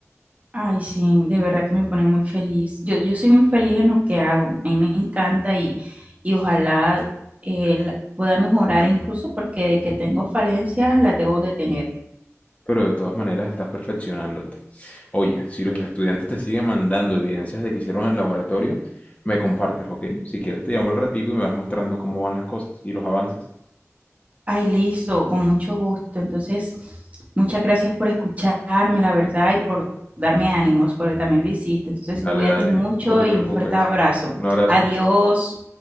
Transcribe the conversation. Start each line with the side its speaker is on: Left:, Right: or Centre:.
Right: Ay, sí, de verdad que me pone muy feliz. Yo, yo soy muy feliz en lo que hago. A mí me encanta y, y ojalá eh, la- pueda mejorar incluso porque de que tengo falencias las debo de tener.
Left: pero de todas maneras estás perfeccionándote. Oye, si los estudiantes te siguen mandando evidencias de que hicieron en el laboratorio, me compartes, ¿ok? Si quieres te llamo al ratico y me vas mostrando cómo van las cosas y los avances.
Right: Ay, listo, con mucho gusto. Entonces, muchas gracias por escucharme, la verdad, y por darme ánimos, porque también lo hiciste. Entonces,
Left: Dale,
Right: cuídate
Left: dale,
Right: mucho
Left: no te
Right: y
Left: preocupes.
Right: un fuerte abrazo.
Left: Un abrazo.
Right: Adiós.